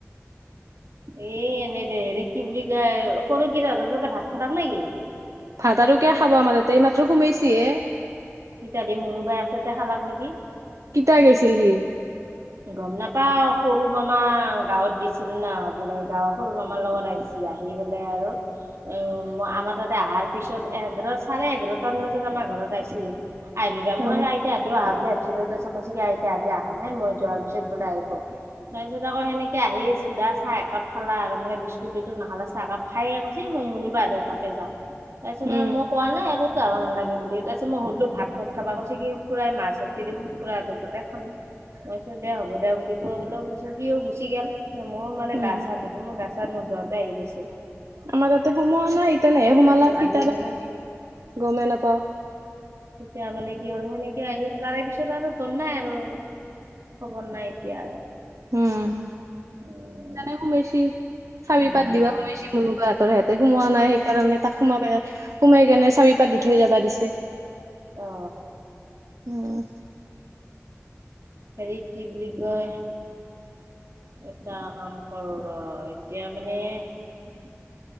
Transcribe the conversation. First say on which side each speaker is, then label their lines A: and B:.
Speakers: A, on the right (about 65°); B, on the right (about 85°).
A: এ এনেই দে হেৰি কি বুলি কয় সৰু কেইটা তহঁতৰ তাত ভাত খালে নে কি?
B: ভাত আৰু কিয় খাব আমাৰ তাতে এই মাত্ৰ সোমাইছি হে।
A: ইতাদি মনোবাই তাতে খালাক নেক
B: কিতা গৈছিল সি?
A: গম নাপাও সৰু মামা গাৱঁত গেছিল না বোলে গাৱঁৰ সৰু মামাৰ লগত আহছি- আহি পেলাই আৰু- অ আমাৰ তাতে অহাৰ পিছত এঘাৰ চাৰে এঘাৰটা মান বজাত আমাৰ ঘৰত আছিহি। আহিলো দে মই
B: অ
A: আৰু আইতা হতেও আহিছে বুলি ভাবিছিলো তাৰিছত কৈছে কি আইতাহতে অহা নাই মই- যোৱাৰ পিছত বোলে আহিব তাৰ পিছত বোলে আহিব, আকৌ সেনেকে আহি চুধা চাহ একাপ খালা আৰু মানে বিস্কুট দিলোঁ - নাখালে চাহ একাপ খাইয়ে কৈছে মই মোনোবা তাতে যাওঁ, তাৰপিছত
B: উম।
A: আৰু মই কোৱা নাই আৰু। জাবা নালাগে বুলি তাৰপিছত মই সুধিলো ভাত কত খাবা, কৈছে কি খুৰাই মাছ আনিছে দেখোন খুৰা তাতে খাম। মই কৈছো দে হ'ব দে বুলি কৈ বোলে পিছত সিও গুচি গল মই মানে
B: উম
A: গা চা ধলো মই গাছা- নোধোৱাকে আহি গৈছিল।
B: আমাৰ তাতে সোমোৱা নাই <unintelligible> তেনেহে সোমালা
A: তাৰপিছত
B: <unintelligible>
A: আহি পেলাই
B: গমে নাপাওঁ।
A: এতিয়া মানে কি হ'ল সেনেকে আহি তাৰে পিছত আৰু ঘুম নাই আৰু। খবৰ নাই এতিয়া আৰু।
B: উম।
A: উম
B: জানে সোমাইছি চাবি
A: উম
B: পাত দিবা সোমাইছি মুনোবা হতৰ ঘৰত। তাতে সোমোৱা নাই সেইকাৰণে তাক সোমাবাই সোমাই কেনে চাবি পাত দি থৈ যাবা দিছে।
A: অ
B: ওম
A: হেৰি কি বুলি কয়। এটা কাম কৰোঁ ৰ এতিয়া মানে-